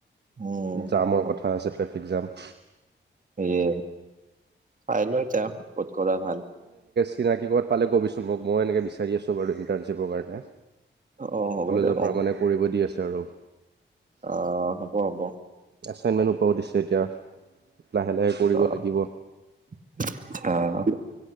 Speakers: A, on the right; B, on the right.
A: উম,
B: জামৰ
A: সেইটো
B: কথা আছে, ট্ৰেফিক এগজাম
A: এ চাই ল এতিয়া ক'ত কৰা ভাল।
B: চিনাকি'ত পালে ক'বিচোন, মই এনে বিচাৰি আছোঁ মানে ইণ্টাৰ্শ্বিপৰ কাৰণে।
A: অ', হ'ব
B: কলেজৰ
A: দে কম
B: পৰা মানে কৰিব দি আছে আৰু।
A: অ হ'ব হ'ব।
B: আচাইনমেণ্ট উপাব দিছে এতিয়া। লাহে লাহে কৰিব
A: আচা
B: লাগিব
A: <unintelligible>